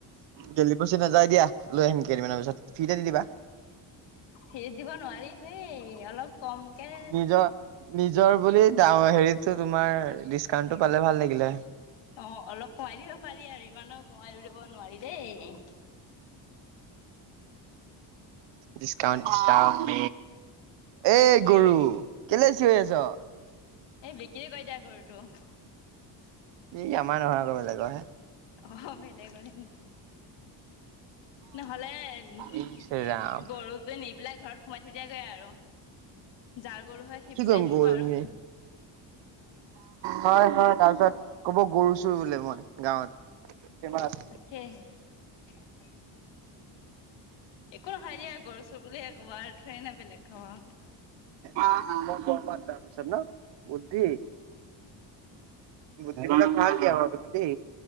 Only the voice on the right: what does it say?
গেলি পচি নাযায় দিয়া লৈ আহিম কেইদিনমানৰ পিছত, ফ্ৰীতে দি দিবা।
নিজৰ নিজৰ বুলি হেৰিতো তোমাৰ ডিচকাউন্টটো পালে ভাল লাগিলে।
ডিছকাউণ্ট ডিছকাউণ্ট
এই গৰু কেলেই চিঞৰি আছো।
ই আমাৰ নহয় আকৌ বেলেগৰ হে।
ইচ ৰাম
কি
কৰিম
গৰুজনী
হয় হয় তাৰপিছত কব গৰু চৰ বুলি মই গাঁৱত
অ অ <unintelligible> ন বুদ্ধি। বুদ্ধি <unintelligible> ভাল দিয়া তুমি বাৰু দেই।